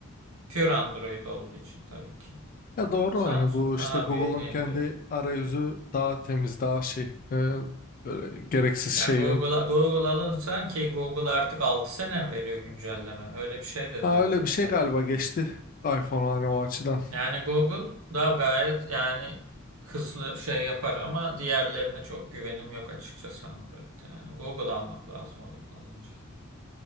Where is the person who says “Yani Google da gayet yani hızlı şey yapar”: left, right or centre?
Right